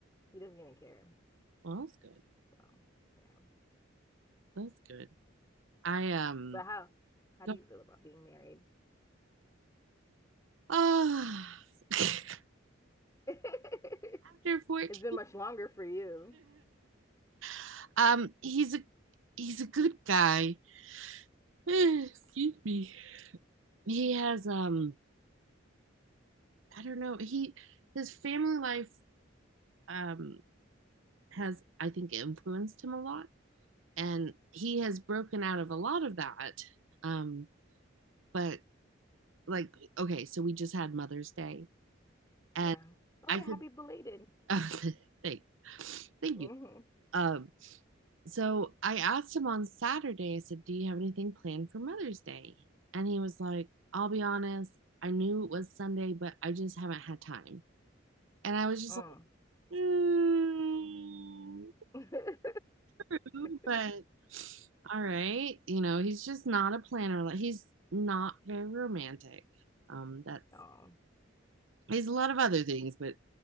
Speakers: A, on the left; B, on the right.
A: he doesn't even care.
B: Well, that's good.
A: So, yeah.
B: That's good. I um
A: But how how
B: go,
A: do you feel about being married?
B: oh <laughs>
A: <laughs>
B: after 14.
A: It's been much longer for you.
B: <laughs> um, he's a he's a good guy. <sighs> Excuse me. He has um I don't know, he his family life um has I think influenced him a lot. and he has broken out of a lot of that um but like okay so we just had mother's day and
A: Yeah. Oh
B: i
A: yeah,
B: could
A: happy belated.
B: uh, <laughs> thank thank
A: Mm
B: you um so i asked him on saturday i said do you have anything planned for mother's day and he was like i'll be honest i knew it was sunday but i just haven't had time and i was just
A: hmm
B: like mm,
A: Mm.
B: True,
A: <laughs>
B: but all right. You know, he's just not a planner. Like he's not very romantic. Um, that's
A: Oh.
B: he's a lot of other things, but